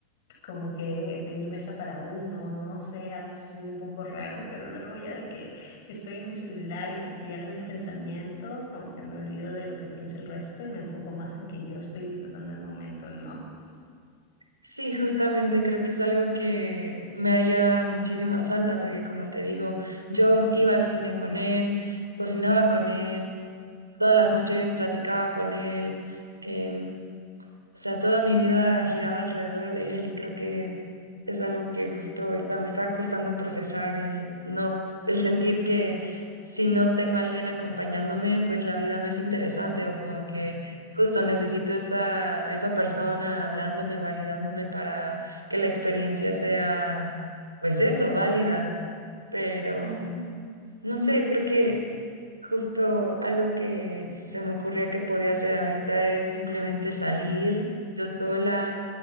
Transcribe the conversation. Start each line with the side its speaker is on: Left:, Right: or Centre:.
Left: como que pedir mesa para uno, no sé, a veces se siente un poco raro, pero luego ya de que estoy en mi celular y me pierdo mis pensamientos, como que me olvido de lo que piensa el resto y me enfoco más en que yo estoy disfrutando el momento, ¿no?
Right: Sí, justamente creo que es algo que me haría muchísima falta porque como te digo, yo iba al cine con él, cocinaba con él, todas las noches platicaba con él, em, o sea, toda mi vida giraba alrededor de él y creo que es algo que justo ahorita me está costando procesar el no, el sentir que si no tengo a alguien acompañándome, pues la vida no es interesante o como que justo necesito esa, a esa persona hablándome, validándome para que la experiencia sea, pues eso, válida. Pero
Left: Ujú,
Right: no sé, creo que justo algo que se me ocurría que podía hacer ahorita es simplemente salir yo sola